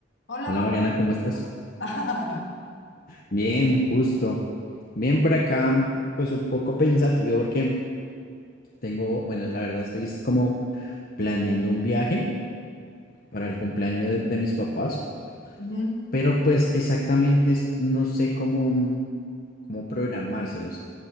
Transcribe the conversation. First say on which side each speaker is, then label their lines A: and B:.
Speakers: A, on the left; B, on the left.
A: Hola,
B: Hola
A: Rubén.
B: Mariana, ¿cómo estás?
A: <laughs> Ajá.
B: Bien, justo. Bien por acá, pues un poco pensativo porque tengo, bueno, la verdad estoy es como planeando un viaje para el cumpleaños de, de mis papás,
A: ujú.
B: pero pues exactamente es- no sé cómo, mm, cómo programárselos.